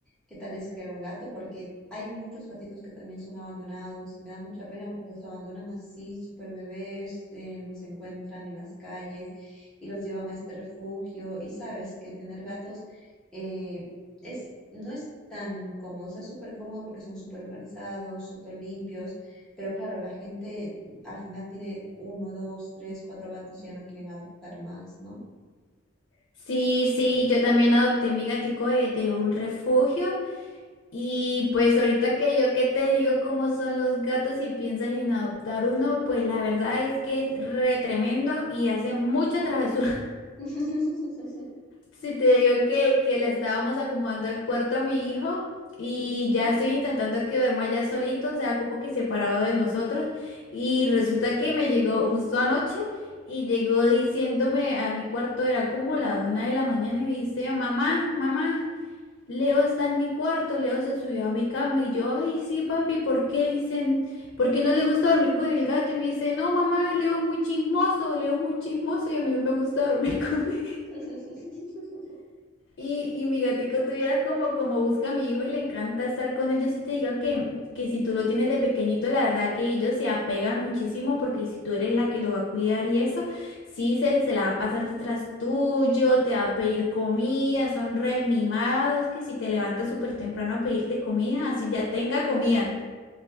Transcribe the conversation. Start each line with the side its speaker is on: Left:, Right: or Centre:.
Centre: qué tal es criar a un gato, porque hay muchos gatitos que también son abandonados y me da mucha pena porque los abandonan así, súper bebés, eh, los encuentran en las calles y los llevan a este refugio y sabes que tener gatos eh, es, no es tan incómodo, o sea, es súper cómodo porque son súper organizados, súper limpios, pero claro, la gente al final tiene uno, dos, tres, cuatro gatos y ya no quieren adoptar más, ¿no?
Left: Sí, sí, yo también adopté mi gatico de, de un refugio Y pues ahorita que yo que te digo cómo son los gatos y piensas en adoptar uno, pues la verdad es que es re tremendo y hace mucha travesura. <laughs>
Centre: <laughs>
Left: Si te digo que, que le estábamos acomodando el cuarto a mi hijo y
Centre: Ujú.
Left: ya estoy intentando que duerma ya solito, o sea, como que separado de nosotros. Y resulta que me llegó justo anoche y llegó diciéndome a mi cuarto, era como la una de la mañana y dice, mamá, mamá. Leo está en mi cuarto, Leo se subió a mi cama y yo, ay, sí, papi, ¿por qué dicen, por qué no le gusta dormir con el gato? Y me dice, no, mamá, Leo es muy chismoso, Leo es muy chismoso y a mí no me gusta dormir <laughs> con él.
Centre: <laughs>
Left: Y, y mi gatico tuviera como, como busca a mi hijo y le encanta estar con él. Yo sí te digo que, que si tú lo tienes de pequeñito, la verdad que ellos se apegan muchísimo porque si tú eres la que lo va a cuidar y eso, sí se, se la va a pasar detrás tuyo, te va a pedir comida, son re mimados que si te levantas súper temprano a pedirte comida, así ya tenga comida.